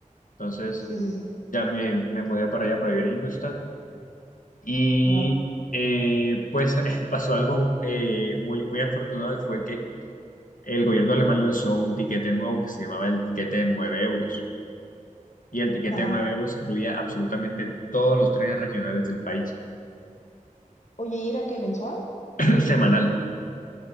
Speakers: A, on the left (about 75°); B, on the left (about 60°).
A: Entonces
B: Sí, sí, sí.
A: ya me, me mudé para allá, para vivir en Ingolstadt. Y
B: Ajá,
A: eh, pues <laughs> pasó algo eh, muy, muy afortunado y fue que el gobierno alemán lanzó un tiquete nuevo que se llamaba el tiquete de 9 euros. Y el tiquete
B: ajá.
A: de 9 euros incluía absolutamente todos los trenes regionales del país,
B: Oye, ¿y era qué, mensual?
A: <clears throat> semanal.